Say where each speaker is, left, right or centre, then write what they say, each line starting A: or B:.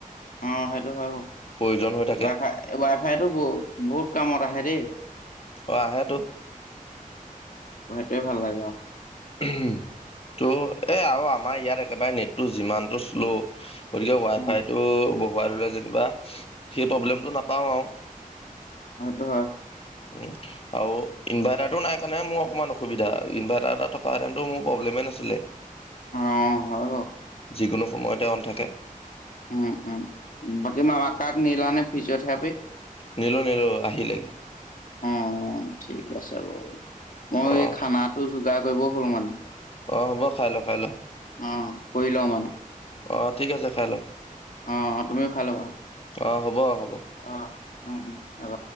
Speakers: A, on the left; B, on the left.
A: অ সেইটো হয়
B: প্ৰয়োজন হৈ থাকে
A: ৱাইফাই ৱাই ফাইতো বহু বহুত কামত আহে দেই।
B: অঁ আহেতো
A: সেই ভাল লাগে আও
B: ত' এ আৰু আমাৰ ইয়াত একেবাৰে নেটটো যিমানতটো শ্ল'। গতিকে ৱাইফাইটো
A: উম
B: বহুৱাই ললে যেনিবা সেই প্ৰব্লেমটো নাপাওঁ আও।
A: সেইটো হয়।
B: উ আৰু ইনভাৰ্টাৰটো নাই কাৰণে মোৰ অকণমান অসুবিধা ইনভাৰ্টাৰ এটা ফাদানতো মোৰ প্ৰব্লেম নাছিলে
A: অ হ‌হয় বাওঁ।।
B: যিকোনো সময়তে অন থাকে
A: উম উম বাকী মা কাক নিলা নে ফিজিঅ'থেৰাপি।
B: নিলো নিলো আহিলেগে
A: অ ঠিক আছে বাৰু মই
B: অ
A: এই খানাটো যোগাৰ কৰিব হ'ল মানে।
B: অ হ'ব খাই খাই ল।
A: অ কৰি লওঁ মানে।
B: অ ঠিক আছে খাই ল
A: অ তুমিও খাই লবা
B: অঁ হ'ব হ'ব।
A: অ উম উম হব।